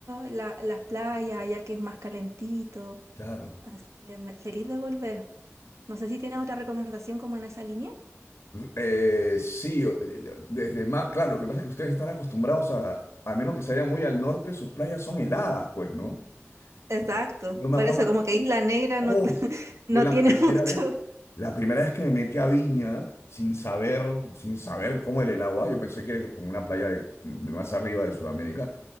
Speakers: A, on the right; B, on the left.
A: la- las playas, ya que es más calentito,
B: Claro.
A: así que me- feliz de volver. No sé si tienes otra recomendación como en esa línea.
B: eh, sí, o- desde Ma- Claro, lo que pasa es que ustedes están acostumbrados a, a menos que se vayan muy al norte, sus playas son heladas, pues, ¿no?
A: Exacto,
B: Y Yo, yo me
A: por
B: acuerdo,
A: eso como que Isla Negra
B: oh,
A: no, <laughs> no
B: yo la
A: tiene
B: primera
A: mucho.
B: vez, la primera vez que me metí a Viña, sin saber, sin saber cómo era el agua, yo pensé que era como una playa de de más arriba de Sudamérica.